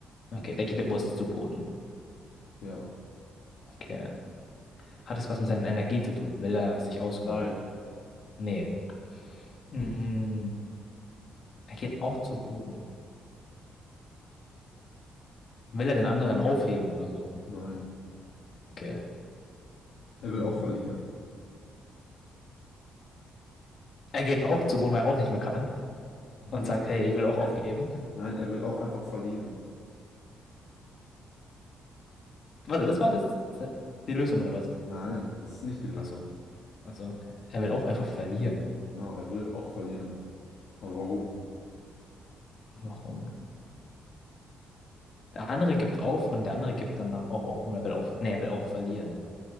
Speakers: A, on the left; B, on the left.
A: Okay, der geht bewusst zu Boden.
B: Ja.
A: Okay. Hat es was mit seiner Energie zu tun? Will er sich ausruhen?
B: Nein.
A: Nee. Hm. Er geht auch zu Boden. Will er den anderen aufheben oder so?
B: Nein.
A: Okay.
B: Er will
A: Hm.
B: auch verlieren.
A: Er geht auch zu Boden, weil er auch nicht mehr kann
B: Nee,
A: und sagt, hey, ich
B: er,
A: will auch aufgeben.
B: er, nein, er will auch einfach verlieren.
A: Warte, das war das, die Lösung oder was?
B: Nein, das ist nicht die Lösung.
A: Achso. Also, er er will auch einfach verlieren.
B: Genau, er will auch verlieren. Aber warum?
A: Warum? Der andere gibt auf und der andere gibt danach auch auf und er will auch, nee, er will auch verlieren.